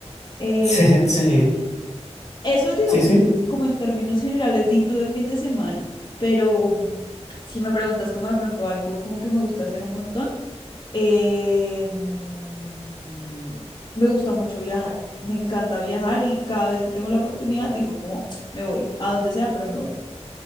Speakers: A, on the left (about 80°); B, on the left (about 40°).
A: <laughs>
B: Eh,
A: sí, sí, sí,
B: eso digamos
A: sí, sí.
B: como, como en términos generales, di tú de fin de semana, pero si me preguntas como de pronto algo como que me gusta hacer un montón, eh, mm, me gusta mucho viajar, me encanta viajar y cada vez que tengo la oportunidad digo como <tsk> me voy, a donde sea, pero me voy.